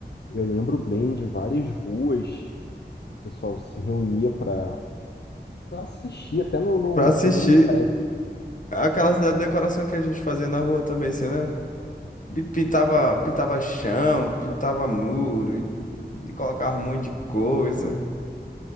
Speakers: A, on the left; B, on the left.
A: Eu lembro bem de várias ruas, o pessoal se reunia para assistir, até no, no-
B: Pra assistir,
A: fazendo um pré.
B: aquelas da decoração que a gente fazia na rua também, você lembra? E pintava, pintava chão, pintava muro, e, e colocava um monte de coisa.